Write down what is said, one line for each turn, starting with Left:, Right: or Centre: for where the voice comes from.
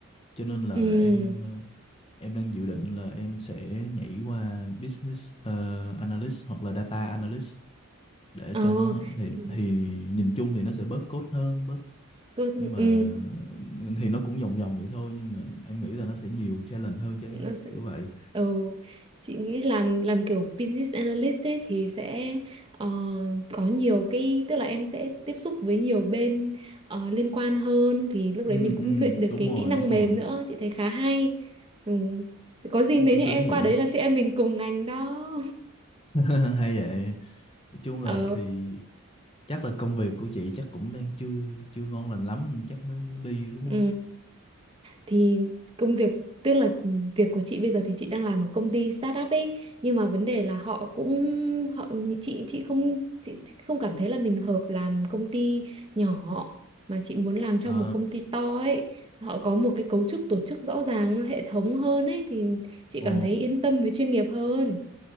Left: cho nên là
Right: ừ
Left: em ờ, em đang dự định là em sẽ nhảy qua business ờ, analyst hoặc là data analyst để
Right: ờ
Left: cho nó thì
Right: ừ,
Left: thì nhìn chung thì nó sẽ bớt code hơn bớt
Right: cơ
Left: nhưng mà
Right: ừ
Left: thì nó cũng vòng vòng vậy thôi nhưng mà em nghĩ là nó sẽ nhiều challenge hơn cho em
Right: nó sẽ
Left: kiểu vậy
Right: ừ, chị nghĩ làm làm kiểu business analyst ấy thì sẽ ờ, có nhiều cái tức là em sẽ tiếp xúc với nhiều bên ờ, liên quan hơn thì lúc
Left: ừ
Right: đấy mình cũng
Left: ừ
Right: luyện được
Left: đúng
Right: cái
Left: rồi
Right: kỹ năng
Left: đúng rồi
Right: mềm nữa chị thấy khá hay ừ. có gì
Left: em
Right: nếu
Left: đang
Right: như
Left: tính
Right: em
Left: vậy
Right: qua
Left: nữa
Right: đấy là chị em mình cùng ngành đó
Left: <laughs> hay vậy nói chung là
Right: <laughs> ờ
Left: thì chắc là công việc của chị chắc cũng đang chưa chưa ngon lành lắm chắc mới muốn đi đúng
Right: ừ.
Left: không
Right: thì công việc tức là việc của chị bây giờ thì chị đang làm ở công ty startup ấy nhưng mà vấn đề là họ cũng họ chị chị không chị chị không cảm thấy là mình hợp làm công ty nhỏ mà chị muốn làm trong
Left: ờ
Right: một công ty to ấy họ có một cái cấu trúc tổ chức rõ ràng hệ thống hơn ấy thì chị
Left: ờ
Right: cảm thấy yên tâm với chuyên nghiệp hơn